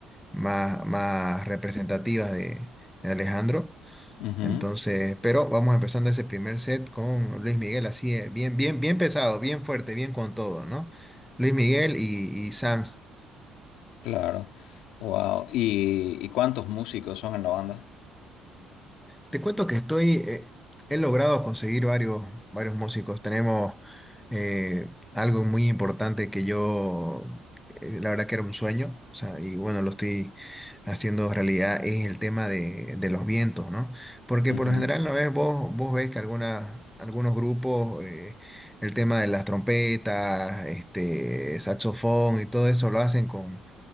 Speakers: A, in the centre; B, on the left.
A: más, más representativas de, de Alejandro.
B: Ujú.
A: Entonces, pero vamos empezando ese primer set con Luis Miguel, así, eh, bien, bien, bien pesado, bien fuerte, bien con todo, ¿no? Luis Miguel y, y Sans.
B: Claro. Wow. ¿Y, y cuántos músicos son en la banda?
A: Te cuento que estoy, eh, he logrado conseguir varios, varios músicos. Tenemos eh, algo muy importante que yo, eh, la verdad que era un sueño, o sea, y bueno, lo estoy haciendo realidad, es el tema de, de los vientos, ¿no? Porque
B: Ujú,
A: por lo general, ¿no ves? Vos, vos ves que algunas, algunos grupos, eh, el tema de las trompetas, este, saxofón y todo eso lo hacen con